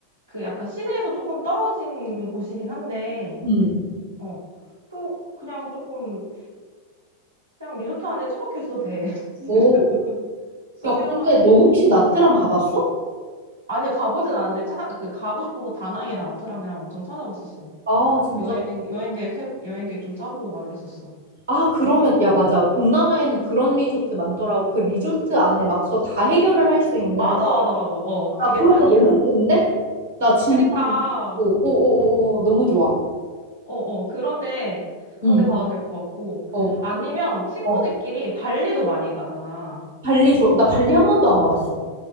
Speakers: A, on the right; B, on the right.
A: 그 약간 시내에서 조금 떨어진 곳이긴 한데,
B: 음.
A: 어. 그, 그냥 조금, 그냥 리조트 안에 처박혀 있어도 돼. <laughs>
B: 오.
A: 사실은. 수영하고,
B: 야 근데 너 혹시 나트랑 가봤어?
A: 아니, 가보진 않았는데, 차, 그, 가고 싶어서 다낭이랑 나트랑이랑 엄청 찾아봤었어.
B: 아 진짜
A: 여행, 여행 계획, 해- 여행 계획 좀 짜보고 막 이랬었어.
B: 아 그러면 야 맞아 동남아에는 그런 리조트 많더라고 그 리조트 안에 막서 다 해결을 할 수 있는
A: 맞아, 맞아, 맞아. 어, 그게
B: 나 그런
A: 짱이야.
B: 거 너무 좋은데 나 진짜
A: 그니까,
B: 오오오오 너무 좋아
A: 어, 어, 그런데, 그런데
B: 응
A: 가도 될 것 같고.
B: 어
A: 아니면 친구들끼리
B: 어
A: 발리도 많이 가잖아.
B: 발리 좋아 나 발리 한 번도 안 가봤어